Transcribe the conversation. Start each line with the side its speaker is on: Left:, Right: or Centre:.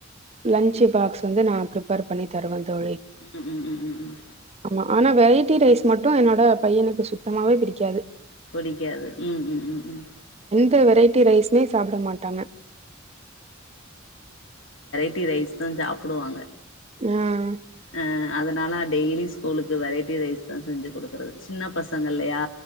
Right: லன்ச் பாக்ஸ் வந்து நா ப்ரிப்பேர் பண்ணி தருவே தோழி
Left: உம் உம் உம் உம் உம்
Right: ஆமா ஆனா வெரைட்டி ரைஸ் மட்டு என்னோட பையனுக்கு சுத்தமாவே பிடிக்காது
Left: பிடிக்காது உம் உம் உம் உம்
Right: த்த வெரைட்டி ரைஸ்மே சாப்ட மாட்டாங்க
Left: கட்டி ரைஸ் தா சாப்டுவாங்க
Right: அ
Left: அஹ் அதுனால டெய்லி ஸ்கூலுக்கு வெரைட்டி ரைஸ் தா செஞ்சு குடுக்கறது சின்ன பசங்க இல்லையா